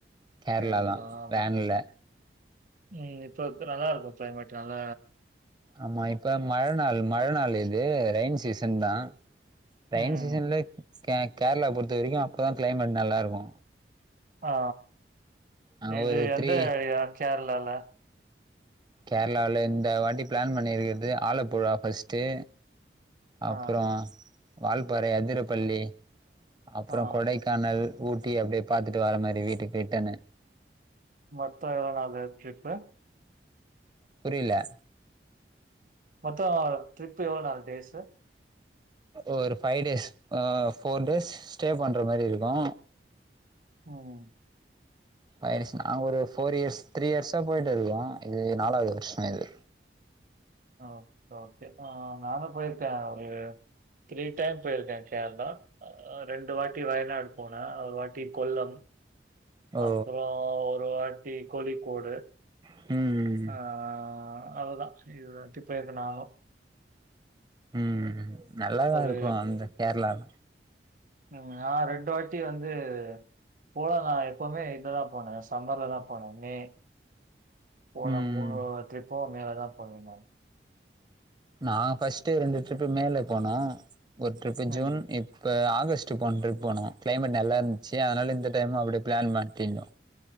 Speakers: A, on the right (about 25°); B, on the right (about 45°).
A: கேரளா
B: கேர்ளாவா
A: தா வேன்ல
B: ம் இப்பக்கு நல்லாருக்கு கிளைமேட் நல்ல
A: ஆமா இப்ப மழநாள் மழநாள் இ து ரயின் சீசன் தா ரயின்
B: ம்.
A: சீசன்ல கே கேர்ளா பொறுத்த வரைக்கு அப்பதா கிளைமேட் நல்லாருக்கு
B: ஆ
A: ஆ
B: இது
A: ஒரு
B: எந்த
A: த்ரீ
B: ஏரியா கேர்ளால
A: கேர்ளால இந்த வாட்டி ப்ளான் பண்ணிருக்றது ஆலப்புழா ஃபர்ஸ்ட்டு அப்றோ
B: ஆ,
A: வால்பாறை அதிரப்பள்ளி அப்றோ
B: ஆ.
A: கொடைக் காணல் ஊட்டி அப்டியே பாத்துட்டு வர மாரி வீட்டுக்கு ரிட்டன்னு
B: மொத்த எவ்ளோ நாளு ட்ரிப்பு
A: புரில
B: மொத்தோ ட்ரிப்பு எவ்ளோ நாலு டேஸ்சு
A: ஒரு ஃபைவ் டேஸ் ஆ ஃபோர் டேஸ் ஸ்டே பண்ற மாரி இருக்கு
B: ம்
A: ஃபை இயர்ஸ் நாங்க ஒரு ஃபோர் இயர்ஸ் த்ரீ இயர்ஸா போய்ட்ருக்கே இது நாலாவ்து வர்ஷோ இது
B: ஆ ஓகே நானு போய்ருக்கே ஒரு த்ரீ டைம் போயிருக்கே கேர்ளா ஆ ரெண்டு வாட்டி வயநாடு போனே ஒரு வாட்டி கொல்லம்
A: ஓ
B: அப்பறோ ஒரு வாட்டி கோழிக்கோடு
A: ம் ம்
B: ஆஅதுதா <unintelligible> வாட்டி போயிருக்கே நானு
A: ம் ஹும் நல்லா தாருக்கு
B: ஒரு
A: அந்த கேர்ளால
B: ம் நா ரெண்டு வாட்டி வந்து போல நா எப்பவுமே இதுதா போனே சம்மர்ல தா போனே மே போன
A: ம்
B: மூணு ட்ரிப்பு மேலதா போனீங்க
A: நாங்கள் ஃபர்ஸ்ட்டு ரெண்டு ட்ரிப்பு மே ல போனோ ஒரு ட்ரிப்பு ஜூன்
B: ம்.
A: இ ப்ப ஆகஸ்ட் போன ட்ரிப் போனோ கிளைமேட் நல்லா இருந்துச்சு அதனால இந்த டைமும் அப்டிய பிளான் மாட்டிருந்தோ